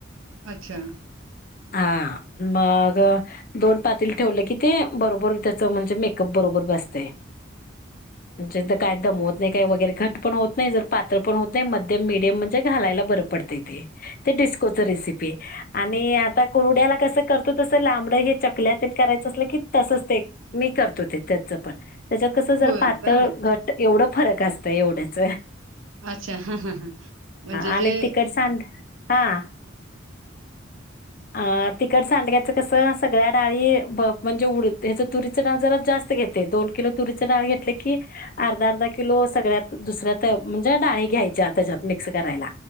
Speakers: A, on the right (about 85°); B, on the left (about 45°).
A: अच्छा.
B: ह. मग दोन पातील ठेवले की ते बरोबर त्याच म्हणजे मेकअप बरोबर बसते. <unintelligible> म्हणजे काय दमवत नाही काही वगैरे घट पण होत नाही, जर पातळ पण होत नाही, मध्यम मिडियम म्हणजे घालायला बर होतं ते, ते डिस्कोची रेसिपी आणि आता कुरुड्याला कसं करतो तस लांबड हे चकल्यात करायचं असलं की तसच ते मी करतो ते त्याच पण त्याच्यावर कसं जर
A: होय
B: पातळ,
A: का
B: घट एवढं फरक असतं एवढ्याच.
A: अच्छा हा हा हा म्हणजे
B: आणि
A: जे
B: तिखट सांड हा. आ ते सांड्याच कस सगळ्या डाळी म्हणजे उ तुरीची डळ जरा जास्त घेते दोन किल तुरी डाळ घेतले की अर्धा अर्धा किलो सगळ्यात दुसऱ्या म्हणजे डाळी घ्यायच्या त्याच्यात मिक्स करायला